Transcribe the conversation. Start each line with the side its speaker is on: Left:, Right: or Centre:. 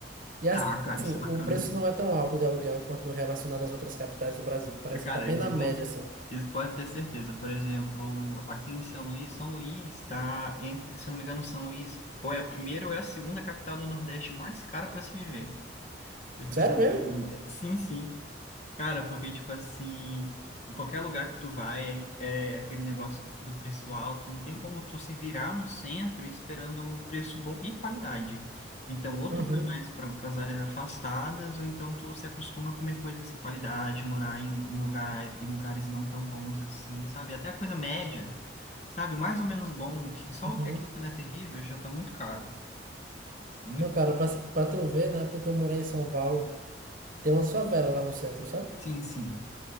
Right: E assim,
Left: Ah, cara, isso é bacana.
Right: o preço
Left: né?
Right: não é tão alto de aluguel quanto relacionado às outras capitais do Brasil. Parece
Left: Cara,
Right: que tá bem
Left: isso,
Right: na média,
Left: pode-
Right: assim.
Left: isso pode ter certeza. Por exemplo, aqui em São Luís, São Luís está entre, se eu não me engano, São Luís ou é a primeira ou é a segunda capital do Nordeste mais cara para se viver. Eu fico
Right: Sério
Left: assim,
Right: mesmo?
Left: caramba. é, Sim, sim. Cara, porque, tipo assim, em qualquer lugar que tu vai, é é aquele negócio do, do preço alto, não tem como tu se virar no centro esperando o preço bom e qualidade. Então, ou
Right: Uhum,
Left: tu vai mais para as áreas afastadas, ou então tu se acostuma a comer coisas assim, qualidade, morar em, em lugar, em lugares não tão bons assim, sabe? Até a coisa média, sabe? O mais ou menos bom, o que, só
Right: uhum.
Left: o que aquilo que não é terrível já tá muito caro. Muito.
Right: Não, cara, pra, pra tu ver, na época que eu morei em São Paulo, tem uma favela lá no centro, sabe?
Left: Sim, sim.